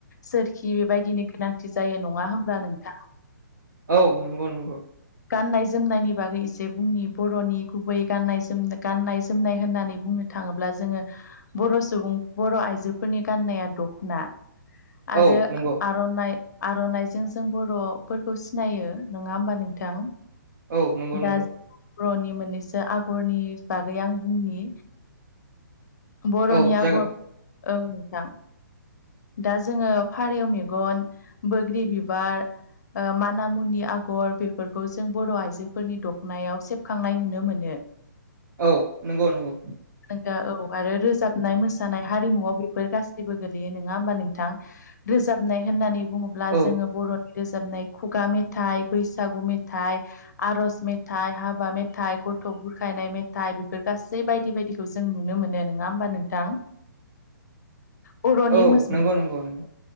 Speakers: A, on the left; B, on the right.
A: सोरखि बेबायदिनो गोनांथि जायो नङा होमब्ला नोंथाङा
B: औ नंगौ नंगौ
A: गाननाय जोमनायनि बागै एसे बुंनि बर'नि गुबै गाननाय जोम गाननाय जोमनाय होननानै बुंनो थाङोब्ला जोङो बर' सुबुं बर' आइजोफोरनि गाननाया दखना आरो
B: औ नंगौ
A: आर'नाइ आर'नाइजों जों बर'फोरखौ सिनायो नङा होनबा नों थां
B: औ नंगौ
A: दा
B: नंगौ
A: बर'नि मोननैसो आगरनि बागै आं बुंनि बर'नि
B: औ जागोन
A: आगर औ नोंथां दा जोङो फारौ मेगन बोग्रि बिबार ओ माना मुनि आगर बेफोरखौ जों बर' आइजोफोरनि दखनायाव सेबखांनाय नुनो मोनो। <inaudible>
B: औ नंगौ नंगौ
A: नोंगौ औ आरो रोजाबनाय मोसानाय हारिमुआव बेफोर गासैबो गोलैयो। नङा होमबा नोंथां रोजाबनाय होननानै बुङोब्ला
B: औ
A: जोङो बर' रोजाबनाय खुगा मेथाइ बैसागु मेथाइ आरज मेथाइ हाबा मेथाइ गथ' बुरखायनाय मेथाइ बेफोर गासै बायदि बायदि इखौ जों नुनो मोनो नङा ओमबा नोंथां बर'नि
B: औ
A: मोसौ
B: नंगौ
A: <inaudible>
B: नंगौ नंगौ